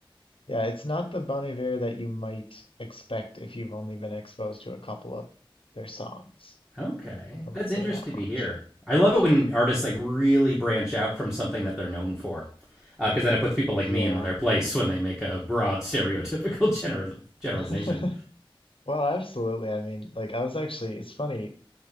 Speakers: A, on the left (about 70°); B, in the centre.
A: yeah, it's not the Bon Iver that you might expect if you've only been exposed to a couple of their songs.
B: okay.
A: I would
B: That's
A: say
B: interesting
A: that much.
B: to hear. I love it when artists
A: Mm.
B: like really branch out from something that they're known for, because uh, then it puts people like
A: Yeah.
B: me in their place <laughs> when they make a broad <laughs> stereotypical general generalization.
A: <laughs> Well, absolutely. I mean, like I was actually, it's funny